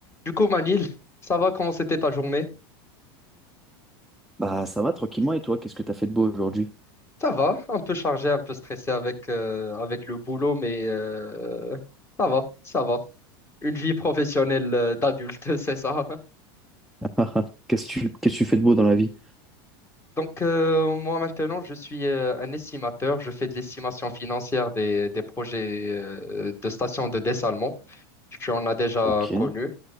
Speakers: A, on the left; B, in the centre.
A: Du coup, Manil, ça va? Comment c'était ta journée?
B: Bah ça va tranquillement et toi, qu'est-ce que t'as fait de beau aujourd'hui?
A: Ça va, un peu chargé, un peu stressé avec, euh, avec le boulot, mais euh, ça va, ça va. Une vie professionnelle euh, d'adulte, <laughs> c'est ça.
B: <laughs> Qu'est-ce que tu qu'est-ce que tu fais de beau dans la vie?
A: Donc, euh, moi maintenant, je suis euh, un estimateur. Je fais de l'estimation financière des, des projets euh, de stations de dessalement. Tu en as déjà
B: Ok,
A: connu.